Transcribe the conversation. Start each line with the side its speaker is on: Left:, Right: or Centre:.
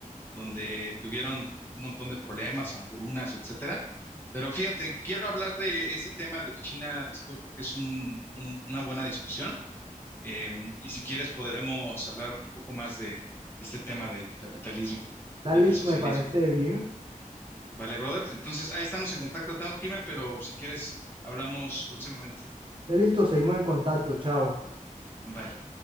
Left: donde tuvieron un montón de problemas, hambrunas, etcétera. Pero fíjate, quiero hablar de ese tema de China después porque es un- un- una buena discusión. eh, y si quieres podemos hablar un poco más de este tema del capitalismo
Right: Dale,
Left: y
Right: listo,
Left: del socialismo.
Right: me parece bien.
Left: Vale, brother. Entonces ahí estamos en contacto. Tengo que irme, pero si quieres hablamos próximamente.
Right: Dale, listo, seguimos en contacto. Chao.
Left: Bye.